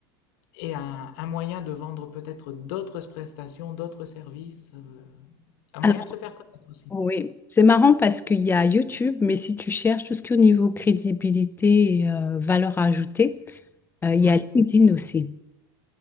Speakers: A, on the left (about 65°); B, on the left (about 15°).
A: et un, un moyen de vendre peut-être d'autres prestations, d'autres services, euh, un
B: Alors,
A: moyen de se faire connaître aussi.
B: oui, c'est marrant parce qu'il y a YouTube, mais si tu cherches tout ce qui est au niveau crédibilité et euh, valeur ajoutée, euh, il y
A: Ouais,
B: a LinkedIn aussi.